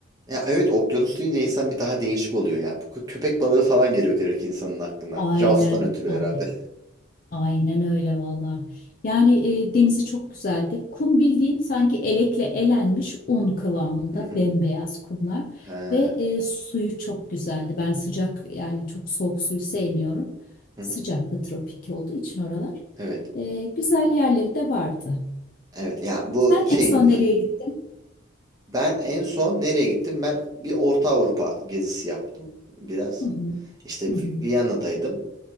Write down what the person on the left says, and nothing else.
Aynen,
aynen.
Aynen öyle valla. Yani e, denizi çok güzeldi. Kum bildiğin sanki elekle elenmiş un kıvamında
bembeyaz kumlar
ve e, suyu çok güzeldi. Ben sıcak yani çok soğuk suyu sevmiyorum.
Sıcaklı
tropik olduğu için oralar.
E, güzel yerleri de vardı.
Sen en
son nereye gittin?
Hı hı,
hı hı,